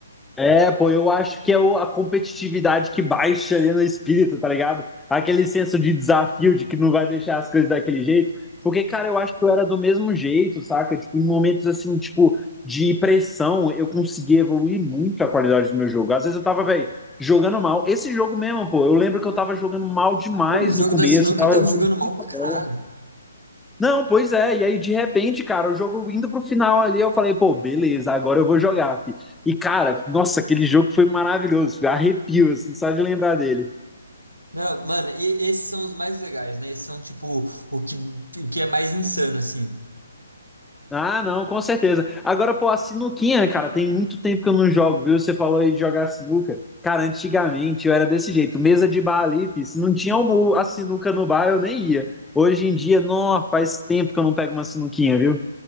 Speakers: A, in the centre; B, on the right (about 85°).
A: É, pô, eu acho que é o- a competitividade que baixa ali no espírito, tá ligado? Aquele senso de desafio, de que não vai deixar as coisas daquele jeito. Porque, cara, eu acho que eu era do mesmo jeito, saca? Tipo, em momentos assim, tipo, de pressão, eu consegui evoluir muito a qualidade do meu jogo. Às vezes eu tava, velho, jogando mal. Esse jogo mesmo, pô, eu lembro que eu tava jogando mal demais
B: O jogo
A: no começo,
B: da sinuca
A: tava
B: eu tava
A: errando
B: jogando mal
A: muita
B: pra caralho.
A: bola. Não, pois é. E aí, de repente, cara, o jogo indo pro final ali, eu falei, pô, beleza, agora eu vou jogar, fi. E, cara, nossa, aquele jogo foi maravilhoso, fi. Arrepio, assim, só de lembrar dele.
B: Não, mano, e esses são os mais legais, né? Esses são, tipo, o que, o que é mais insano, assim.
A: Ah, não, com certeza. Agora, pô, a sinuquinha, cara, tem muito tempo que eu não jogo, viu? Você falou aí de jogar sinuca. Cara, antigamente eu era desse jeito, mesa de bar ali, fi. Se não tinha o- a sinuca no bar, eu nem ia. Hoje em dia, não, faz tempo que eu não pego uma sinuquinha, viu?